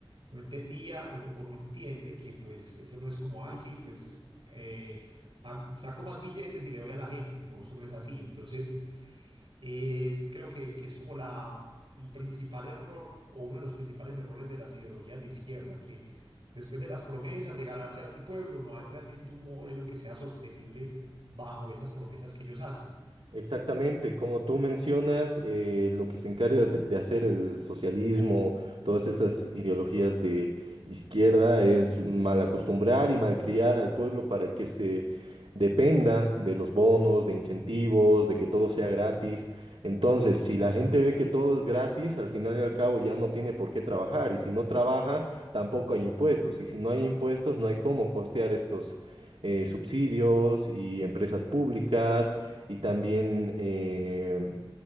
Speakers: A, on the right; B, on the right.
A: no entendía o no, o no entiende que pues eso no es como, ay, sí, pues eh, ah, saco más billetes y le doy a la gente. No, eso no es así. Entonces... Eh, creo que, que es como la, el principal error o uno de los principales errores de las ideologías de izquierda, que después de las promesas de ganarse al pueblo, no hay realmente un modelo que sea sostenible bajo esas promesas que ellos hacen.
B: Exactamente, como tú mencionas, eh, lo que se encarga hace- de hacer el socialismo, todas esas ideologías de izquierda, es mal acostumbrar y malcriar al pueblo para que se dependa de los bonos, de incentivos, de que todo sea gratis. Entonces, si la gente ve que todo es gratis, al final y al cabo ya no tiene por qué trabajar, y si no trabaja, tampoco hay impuestos, y si no hay impuestos, no hay cómo costear estos eh, subsidios y empresas públicas y también eh,